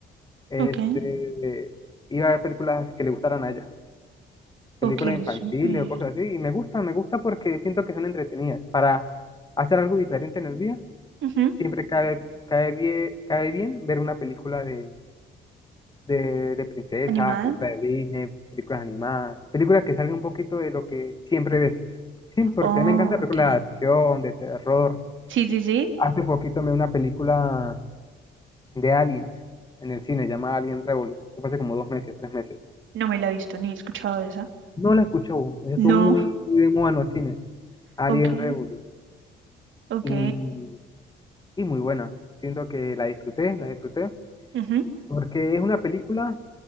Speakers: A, on the left; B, on the right.
A: este,
B: Ok.
A: iba a ver películas que le gustaran a ella. películas
B: Ok,
A: infantiles
B: súper.
A: o cosas así, y me gusta, me gusta porque siento que son entretenidas. Para hacer algo diferente en el día,
B: ujú,
A: siempre cae, cae bien, cae bien ver una película de, de, de princesas,
B: Animada.
A: películas de Disney, películas animadas, películas que salgan un poquito de lo que siempre ves. Sí, porque
B: Oh,
A: me encanta películas
B: ok.
A: de acción, de terror.
B: Sí, sí, sí.
A: Hace poquito me vi una película de Aliens en el cine, llamada Alien Revolution. Eso fue hace como dos meses, tres meses.
B: No me la he visto ni he escuchado de esa.
A: No la escuchó, estuvo
B: No.
A: muy, muy de moda en los cines. Alien
B: Ok,
A: Revolution.
B: ok.
A: y, y muy buena. Siento que la disfruté, la disfruté,
B: ujú.
A: porque es una película